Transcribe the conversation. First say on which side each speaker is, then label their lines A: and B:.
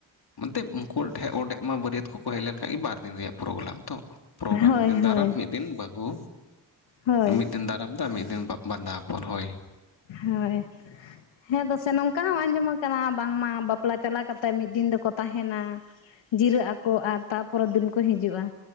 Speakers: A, on the left; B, on the left.
A: ᱢᱱᱛᱮ ᱩᱱᱠᱩ ᱴᱷᱮᱡ ᱚᱰᱸᱮᱜ ᱢᱟ ᱵᱟᱹᱨᱭᱟᱹᱛ ᱠᱚᱠᱚ ᱦᱮᱡ ᱞᱮᱱᱠᱷᱟᱡ ᱜᱮ ᱵᱟᱨ ᱫᱤᱱ ᱨᱮᱭᱟᱜ ᱯᱨᱳᱜᱞᱟᱢ ᱛᱚ᱾ ᱯᱨᱳᱜᱨᱟᱢ
B: ᱦᱳᱭ
A: ᱢᱤᱫ ᱫᱤᱱ ᱫᱟᱨᱟᱢ ᱢᱤᱫ ᱫᱤᱱ ᱵᱟᱹᱦᱩ
B: ᱦᱳᱭ
A: ᱢᱤᱫ ᱫᱤᱱ ᱫᱟᱨᱟᱢ ᱫᱟᱜ ᱢᱤᱫ ᱫᱤᱱ ᱵᱟᱸᱫᱟ ᱯᱚᱱ ᱦᱳᱭ
B: ᱦᱳᱭ ᱦᱮᱸ ᱫᱚᱥᱮ ᱱᱚᱝᱠᱟ ᱦᱚᱸ ᱟᱸᱡᱚᱢ ᱟᱠᱟᱱᱟ ᱵᱟᱝᱢᱟ ᱵᱟᱯᱞᱟ ᱪᱟᱞᱟ ᱠᱟᱛᱮᱜ ᱢᱤᱫ ᱫᱤᱱ ᱫᱚᱠᱚ ᱛᱟᱦᱮᱱᱟ᱾ ᱡᱤᱨᱟᱹᱜ ᱟᱠᱚ ᱟᱨ ᱛᱟᱯᱚᱨᱮᱨ ᱫᱤᱱ ᱠᱚ ᱦᱤᱡᱩᱜ-ᱟ